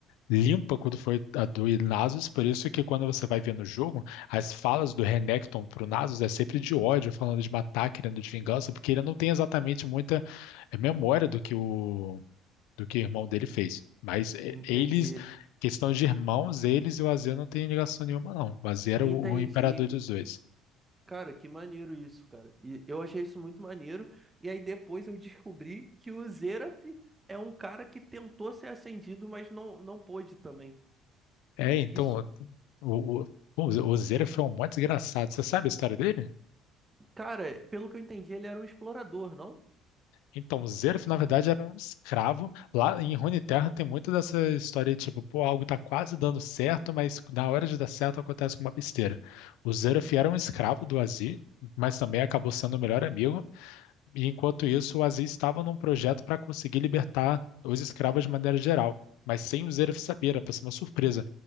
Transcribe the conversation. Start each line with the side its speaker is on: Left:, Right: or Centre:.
Left: limpa quanto foi a do Nasus. Por isso que, quando você vai ver no jogo, as falas do Renekton pro Nasus é sempre de ódio, falando de matar, querendo de vingança, porque ele não tem exatamente muita eh, memória do que o, do que o irmão dele fez. Mas eh,
Right: Entendi.
Left: eles... Questão de irmãos, eles e o Azir não tem ligação nenhuma, não. O Azir era
Right: Entendi,
Left: o, o imperador dos dois.
Right: Cara, que maneiro isso, cara. E eu achei isso muito maneiro. E aí depois eu descobri que o Xerath é um cara que tentou ser ascendido, mas não, não pôde também.
Left: É, então,
Right: Isso,
Left: o, o, bom, o Zeref é um mó desgraçado. Você sabe a história dele?
Right: cara, pelo que eu entendi, ele era um explorador, não?
Left: Então, o Zeref, na verdade, era um escravo. Lá em Runeterra tem muito dessa história, tipo, pô, algo tá quase dando certo, mas na hora de dar certo acontece com uma besteira. O Zeref era um escravo do Azir, mas também acabou sendo o melhor amigo. E enquanto isso, o Aziz estava num projeto para conseguir libertar os escravos de maneira geral, mas sem o Zeref saber, era para ser uma surpresa.